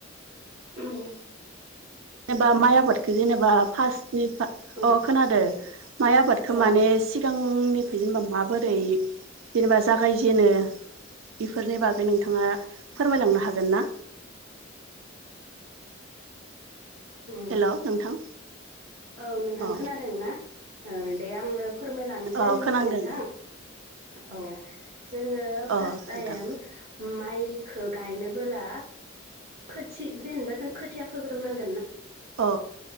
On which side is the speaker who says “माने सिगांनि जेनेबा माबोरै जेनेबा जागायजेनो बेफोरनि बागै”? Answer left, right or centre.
Right